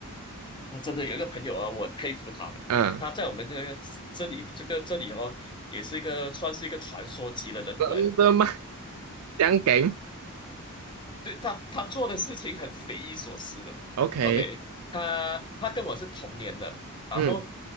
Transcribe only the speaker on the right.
嗯，
真的吗？这样梗
？OK，
嗯